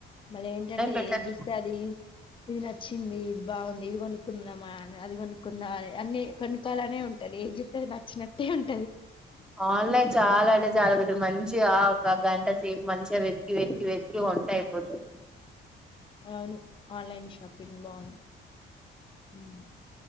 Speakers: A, on the left; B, in the centre.
A: మళ్ళీ ఏంటంటే,
B: బెటర్
A: ఏది చూస్తే అది ఇది నచ్చింది ఇది బావుంది ఇది కొనుకున్దాం. మా అది కొనుకున్నా అని అన్ని కొనుక్కోవాలనే ఉంటది. ఏది చూత్తే అది నచ్చినట్టే ఉన్
B: ఆన్లైన్ చాలా అంటె చాలా పెద్ద మంచి జిగ ఆ ఒక్క గంట సేపు మంచిగా వెతికి వెతికి వెతికి వొంటె అయిపోతది.
A: అవును ఆన్లైన్ షాపింగ్ బాన్ ఉమ్